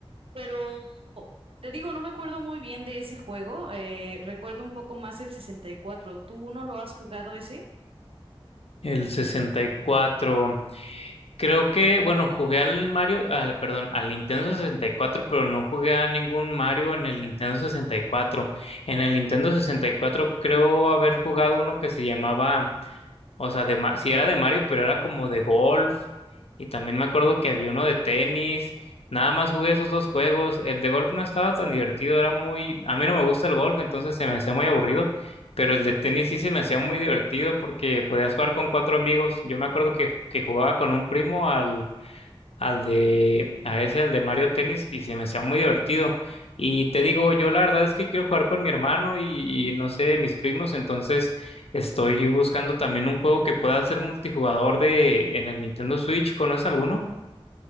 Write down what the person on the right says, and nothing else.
Pero te digo, no me acuerdo muy bien de ese juego. eh, recuerdo un poco más el 64. ¿Tú no lo has jugado ese?